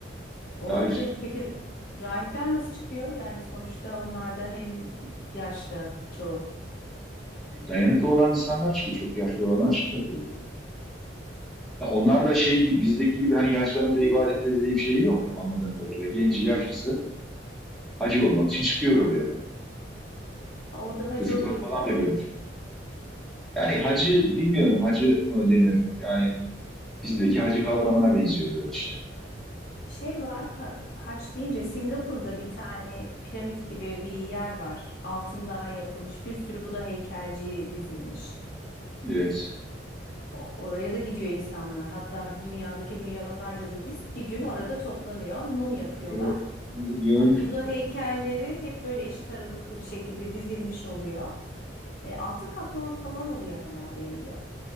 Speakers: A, on the left; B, in the centre.
A: olabilir.
B: Daha yüksek.
A: Peki rahipler nasıl çıkıyor? Yani sonuçta onlar da hem yaşlı çoğu.
B: Dayanıklı olan insanlar çıkıyor. Çok yaşlı olanlar çıkmıyor tabii. Ya onlar da şey gibi- bizdeki gibi hani yaşlanınca ibadette dediği bir şey yok anladığım kadarıyla. Genci yaşlısı hacı olmak için çıkıyor oraya.
A: Ha, Orada hacı
B: Çocuklar
A: oluyorsa
B: falan da
A: evet
B: görmüş. Yani hacı bilmiyorum hacı mı denir? Yani bizdeki hacı kavramına benziyor biraz işte.
A: Şey var, ha- haç deyince Singapur'da bir tane piramit gibi bir yer var. Altından yapılmış bir sürü Buda heykelci dizilmiş.
B: Evet.
A: O- oraya da gidiyor insanlar. Hatta dünyadaki milyonlarca Budist bir gün orada toplanıyor, mum yakıyorlar.
B: Gör, görmüştüm.
A: O Buda heykelleri hep böyle eşit aralıklı bir şekilde dizilmiş oluyor. E, altın kaplama falan oluyor herhalde hem de.